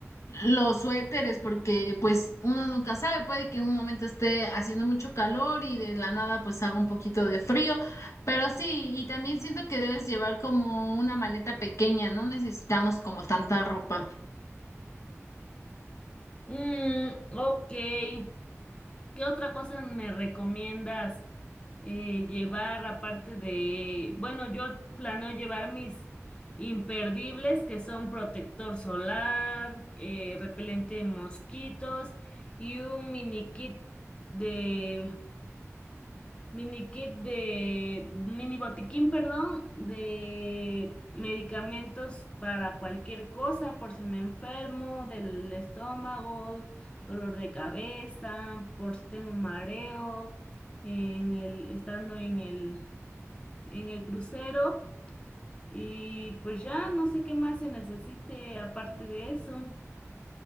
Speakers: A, on the left; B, on the left.
A: los suéteres, porque pues uno nunca sabe, puede que en un momento esté haciendo mucho calor y de la nada pues haga un poquito de frío, pero sí, y también siento que debes llevar como una maleta pequeña, no necesitamos como tanta ropa.
B: Mm, ok, ¿qué otra cosa me recomiendas? eh, llevar aparte de, bueno, yo planeo llevar mis imperdibles que son protector solar, eh, repelente de mosquitos y un mini kit de, mini kit de, mini botiquín, perdón, de medicamentos para cualquier cosa, por si me enfermo del estómago, dolor de cabeza, por si tengo mareo en el, estando en el en el crucero y pues ya no sé qué más se necesite aparte de eso.